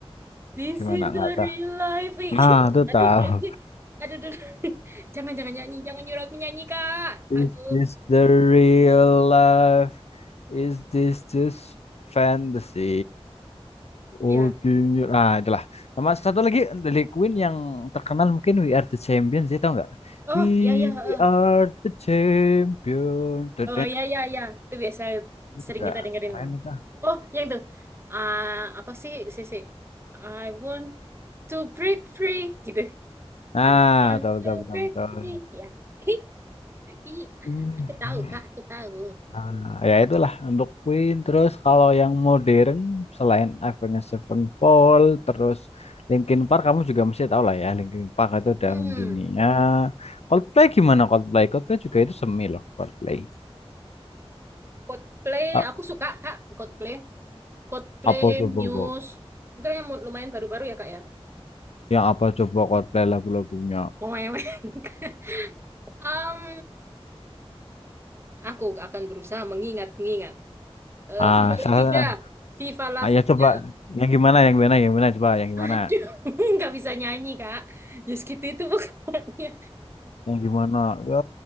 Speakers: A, on the right (about 25°); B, on the left (about 80°).
A: This
B: Gimana
A: is the
B: nggak tahu?
A: real life <laughs>
B: Ah, tuh
A: aduh
B: tahu.
A: aduh aduh aduh. <laughs> jangan jangan nyanyi jangan nyuruh aku nyanyi kak
B: Is
A: aduh
B: this the real life? Is this just fantasy? Oke,
A: ya
B: ah itulah. Sama satu lagi dari Queen yang terkenal mungkin We Are the Champions, ya tau nggak?
A: Oh,
B: We
A: ya, ya. eh.
B: are the champions, the
A: Oh iya iya iya, itu biasa
B: Itu
A: sering
B: juga
A: kita dengerin
B: keren
A: lah.
B: itu.
A: Oh, yang tuh. Ah, apa sih Sisi? I want to break free gitu.
B: Nah,
A: I want
B: betul betul
A: to
B: betul
A: break
B: betul.
A: free. Ya. <laughs> Iya,
B: Hmm.
A: aku tahu Kak, aku tahu.
B: Nah, ya itulah untuk Queen. Terus kalau yang modern selain Avenged Sevenfold, terus Linkin Park kamu juga mesti tahu lah ya. Linkin Park itu udah
A: Hmm,
B: mendunia. Coldplay gimana Coldplay? Coldplay juga itu semi loh Coldplay.
A: Coldplay,
B: A-
A: aku suka Kak, Coldplay. Coldplay,
B: Apa coba
A: Muse.
B: kok?
A: Itu yang lumayan baru-baru ya Kak ya.
B: Yang apa coba Coldplay lagu-lagunya?
A: Mewek. <laughs> Um, aku akan berusaha mengingat-ingat. Eh,
B: Ah,
A: Viva la
B: salah.
A: vida, Viva la
B: Ah,
A: vida.
B: ya coba yang gimana? Yang gimana? Yang gimana? Coba yang gimana?
A: Aduh, <laughs> nggak bisa nyanyi kak. Just gitu itu bukannya.
B: Yang gimana? Ya